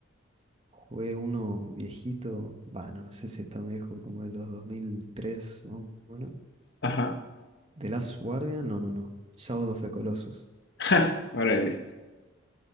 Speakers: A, on the right (about 30°); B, on the left (about 55°).
A: Jugué uno viejito, bueno, no sé si es tan viejo como de los 2003, más o menos.
B: ajá.
A: The Last Guardian, no, no, no. Shadow of the Colossus.
B: <laughs> Ja, órale.